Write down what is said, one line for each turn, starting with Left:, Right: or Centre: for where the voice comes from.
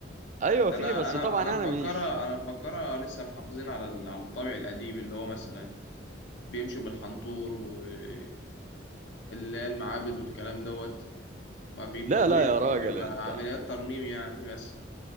Right: ايوه
Left: ده
Right: في
Left: انا
Right: بس
Left: انا
Right: طبعا
Left: انا
Right: انا
Left: مفكرة
Right: مش
Left: انا مفكرة لسه محافظين على ال- على الطابع القديم اللي هو مثلا بيمشوا بالحنطور واللي هي المعابد والكلام دوت ما بيبقى
Right: لا لا يا راجل
Left: بيبقى
Right: انت
Left: عمليات ترميم يعني بس